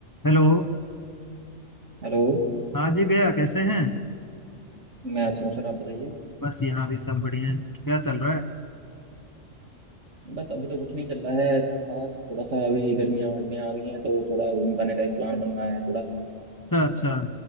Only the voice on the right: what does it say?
Hello
मैं अच्छा हूँ सर आप बताइए
बस अभी तो कुछ नहीं चल रहा है ऐसा खास थोड़ा सा अभी गर्मियाँ और में आ गई हैं तो थोड़ा घूम पाने का एक प्लान बन रहा है थोड़ा